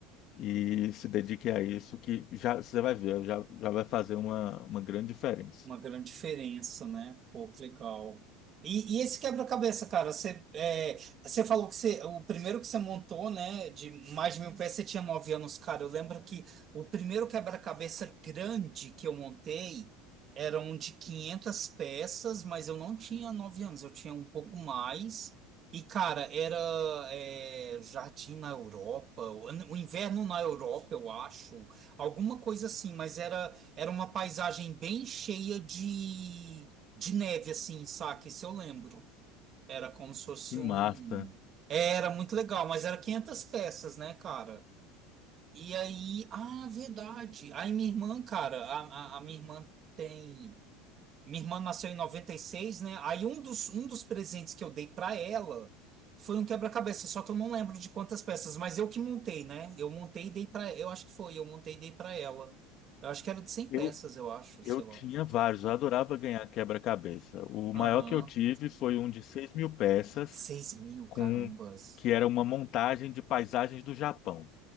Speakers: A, on the left; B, on the right.
A: e se dedique a isso, que já você vai ver, já, já vai fazer uma, uma grande diferença.
B: Uma grande diferença, né? Pô, que legal. E, e esse quebra-cabeça, cara, você, é, você falou que você, o primeiro que você montou, né, de mais de mil peças, você tinha nove anos, cara. Eu lembro que o primeiro quebra-cabeça grande que eu montei era um de 500 peças, mas eu não tinha nove anos, eu tinha um pouco mais. E, cara, era é, Jardim na Europa, o o inverno na Europa, eu acho, alguma coisa assim, mas era. Era uma paisagem bem cheia de, de neve, assim, saca? Isso eu lembro. Era como se fosse
A: Que massa!
B: um. Era muito legal, mas era 500 peças, né, cara? E aí. Ah, verdade. Aí minha irmã, cara, a, a, a minha irmã tem. Minha irmã nasceu em 96, né? Aí um dos, um dos presentes que eu dei para ela foi um quebra-cabeça, só que eu não lembro de quantas peças, mas eu que montei, né? Eu montei e dei para, eu acho que foi, eu montei e dei para ela. Eu acho que era de cem
A: Eu,
B: peças, eu acho,
A: Eu
B: sei
A: tinha
B: lá.
A: vários, eu adorava ganhar quebra-cabeça. O
B: Aham.
A: maior que eu tive foi um de seis mil peças,
B: seis mil, carambas.
A: com que era uma montagem de paisagens do Japão.